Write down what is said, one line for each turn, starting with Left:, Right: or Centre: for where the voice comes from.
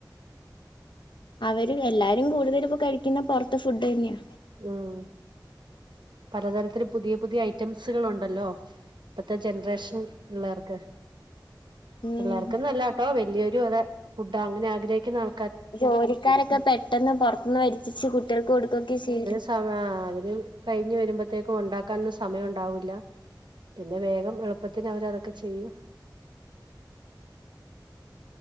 Left: അവര് എല്ലാരും കൂടുതല് ഇപ്പോ കഴിക്കുന്ന പുറത്തെ ഫുഡ് തന്നെയാ
Right: ഉം പലതരത്തില് പുതിയ പുതിയ ഐറ്റംസുകള് ഉണ്ടല്ലോ ഇപ്പത്തെ ജനറേഷൻ പിള്ളേർക്ക്
Left: ഉം
Right: പിള്ളേർക്കന്നല്ലാട്ടോ വല്യൊരു അതെ ഫുഡ് അങ്ങനെ ആഗ്രഹിക്കുന്ന ആൾ
Left: ജോലിക്കാരൊക്കെ പെട്ടന്ന് പുറത്തുന്ന് വരത്തിച്ച് കുട്ട്യൾക്ക് കൊടുക്കക്കെ ചെയ്യല്
Right: സമാ അവര് കഴിഞ്ഞ് വരുമ്പത്തേക്കും ഉണ്ടാക്കാനൊന്നും സമയം ഉണ്ടാവില്ല പിന്നെ വേഗം എളുപ്പത്തിന് അവര് അതൊക്കെ ചെയ്യും